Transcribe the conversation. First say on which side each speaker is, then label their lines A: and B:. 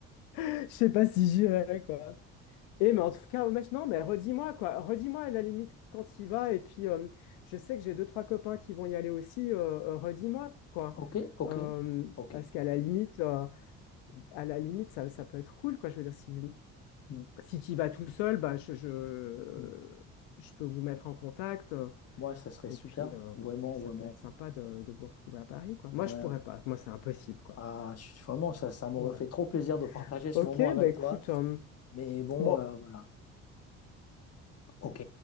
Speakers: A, on the left; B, on the left.
A: je sais pas si j'irai quoi. Et mais en tout cas, au match, non, mais redis-moi quoi, redis-moi à la limite quand il va. Et puis, euh, je sais que j'ai deux, trois copains qui vont y aller aussi. euh, euh, redis-moi quoi,
B: Ok, ok,
A: Euh,
B: ok.
A: parce qu'à la limite, euh,
B: Mm,
A: à la limite, ça, ça peut être cool quoi. Je veux dire, si
B: mm,
A: si tu y vas tout seul, bah je, je
B: mm.
A: je peux vous mettre en contact. euh,
B: Moi, ça serait
A: Et
B: super,
A: puis, euh,
B: vraiment,
A: puis ça
B: vraiment.
A: peut être sympa de, de vous retrouver à Paris quoi. Moi,
B: Ouais.
A: je pourrais pas. Moi, c'est impossible quoi.
B: Ah, je suis- vraiment, ça, ça m'aurait
A: Ouais.
B: fait trop plaisir de partager ce
A: Ok,
B: moment avec
A: bah écoute,
B: toi.
A: euh,
B: Mais bon,
A: bon.
B: euh, voilà. Ok.